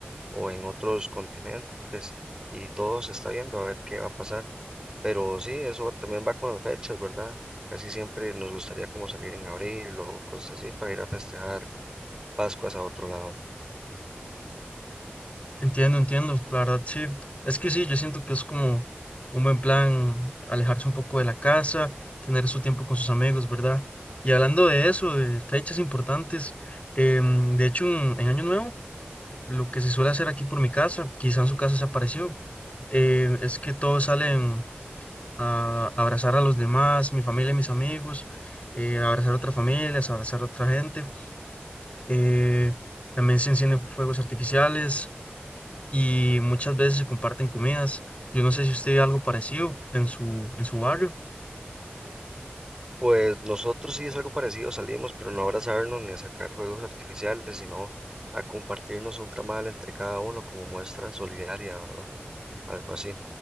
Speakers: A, on the right (about 20°); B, on the left (about 35°).
A: o en otros continentes y todo se está viendo a ver qué va a pasar. Pero sí, eso también va con las fechas, ¿verdad? Casi siempre nos gustaría como salir en abril o cosas así para ir a festejar Pascuas a otro lado.
B: Entiendo, entiendo, la verdad sí. Es que sí, yo siento que es como un buen plan alejarse un poco de la casa, tener su tiempo con sus amigos, ¿verdad? Y hablando de eso, de fechas importantes, em, de hecho en, en Año Nuevo, lo que se suele hacer aquí por mi casa, quizá en su casa se apareció, eh, es que todos salen a abrazar a los demás, mi familia y mis amigos, eh, abrazar a otras familias, abrazar a otra gente. eh, también se encienden fuegos artificiales y muchas veces se comparten comidas. Yo no sé si usted ve algo parecido en su, en su barrio.
A: Pues nosotros sí es algo parecido, salimos, pero no a abrazarnos ni a sacar juegos artificiales, sino a compartirnos un tamal entre cada uno como muestra solidaria, ¿verdad? Algo así.